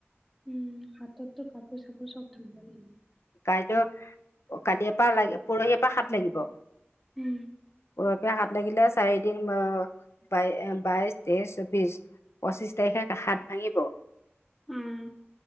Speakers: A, in the centre; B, on the left (about 75°).
A: উম, হাতৰতো কাপোৰ চাপোৰ চব ধৰিবাল লাগ
B: কাইলৈ কালি পৰা লাগ, পৰহি পৰা সাত লাগিব।
A: উম'।
B: উৰপ হাত লাগিলে চাৰিদিন অ' বাই বাইশ, তেইশ, চৌবিশ, পঁচিশ তাৰিখে সাত ভাঙিব।
A: উম'।